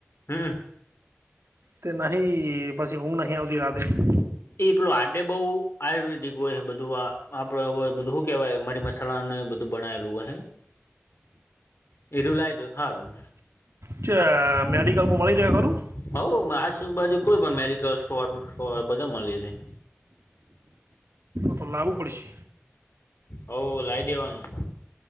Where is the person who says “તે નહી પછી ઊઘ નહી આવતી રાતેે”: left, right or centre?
Right